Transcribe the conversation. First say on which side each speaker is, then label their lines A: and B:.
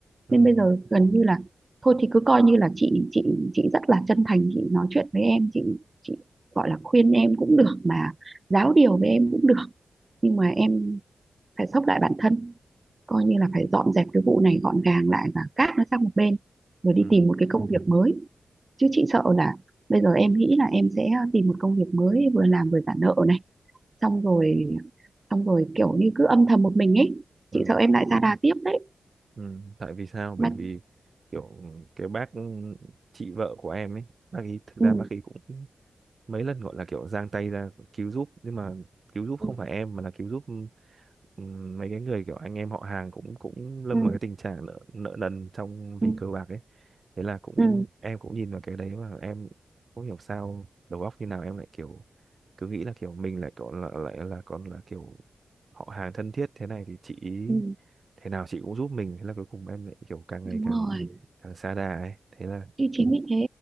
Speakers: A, on the right; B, on the right.
A: ừ
B: nên bây giờ gần như là thôi thì cứ coi như là chị chị chị rất là chân thành chị nói chuyện với em chị chị gọi là khuyên em cũng được mà giáo điều với em cũng được nhưng mà em phải xốc lại bản thân coi như là phải dọn dẹp cái vụ này gọn gàng lại và cát nó sang một bên rồi đi
A: ừ
B: tìm một cái công việc mới chứ chị sợ là bây giờ em nghĩ là em sẽ tìm một công việc mới vừa làm vừa trả nợ này xong rồi xong rồi kiểu như cứ âm thầm một mình ấy
A: ừ
B: chị sợ em lại ra đà tiếp đấy
A: ừ. tại vì sao
B: mà
A: bởi vì kiểu cái bác chị vợ của em ấy bác ấy thực
B: ừ,
A: ra bác ấy cũng mấy lần gọi là kiểu giang tay ra cứu giúp nhưng mà cứu giúp
B: ừ,
A: không phải em mà là cứu giúp ừm, mấy cái người kiểu anh em họ hàng cũng cũng lâm
B: ừ,
A: vào cái tình trạng nợ nợ nần trong vì
B: ừ,
A: cờ bạc ấy thế là cũng
B: ừ,
A: em cũng nhìn vào cái đấy mà em không hiểu sao đầu óc như nào em lại kiểu cứ nghĩ là kiểu mình lại còn là lại là còn là kiểu họ hàng thân thiết thế này thì chị ý
B: ừ,
A: thế nào chị cũng giúp mình thế là cuối cùng em lại kiểu càng ngày
B: đúng
A: càng
B: rồi
A: càng xa đà ấy thế là
B: Thì chính vì thế,